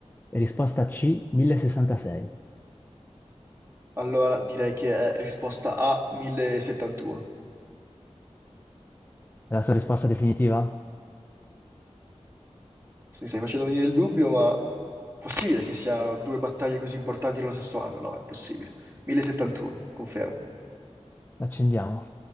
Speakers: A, on the left (about 15°); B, on the right (about 25°).
A: e risposta C 1066.
B: Allora, direi che è risposta A 1071.
A: È la sua risposta definitiva?
B: Mi stai facendo venire il dubbio, ma possibile che siano due battaglie così importanti nello stesso anno? No, è impossibile. 1071, confermo.
A: L'accendiamo.